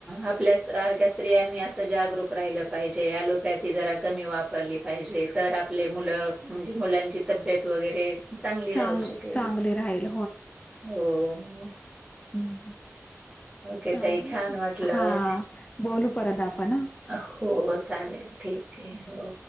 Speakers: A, on the right; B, on the left.
A: आपल्या सारख्या स्त्रियांनी असं जागरूक राहिलं पाहिजे अँलोपॅथी जरा कमी वा रली पाहिजे तर आपली मूल म्हणजे मुलांची तब्येत वगैरे चांगली
B: चांग
A: राहू शकेल
B: चांगली राहील
A: हो
B: हम्
A: ओके
B: चाले
A: ताई छान वाटलं.
B: हा बोलू परत आपण ह.
A: हो चालेल ठीक आहे हो.